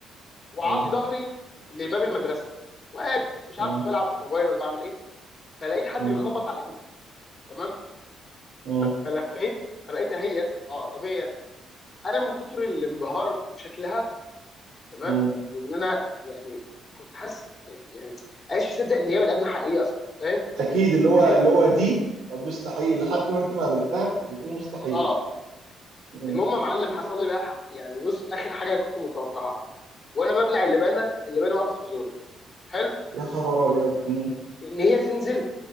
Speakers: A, on the left; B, on the right.
A: وعاطي
B: مم.
A: ظهري لباب المدرسه واقف مش
B: مم.
A: عارف كنت بلعب في الموبايل ولا بعمل ايه فلقيت حد
B: مم.
A: بيخبط على كتفي تمام
B: مم.
A: فلفيت فلقيتها هي اه طبيعي يعني انا من كتر الانبهار بشكلها تمام
B: مم.
A: وان انا يعني كنت حاسس يعني عايش مصدق ان هي من ادنى حقيقيه اصلا فاهم
B: اكيد اللي
A: من كتر
B: هو
A: الم-
B: اللي هو دي مستحيل لحد ما انت ما قابلتها كنت بتقول مستحيل
A: اه
B: مم.
A: المهم يا معلم حصل لي بقى ح- يعني بص اخر حاجه كنت متوقعها وانا ببلع اللبانه اللبانه وقفت في زوري حلو
B: يا خبر ابيض مم.
A: ان هي تنزل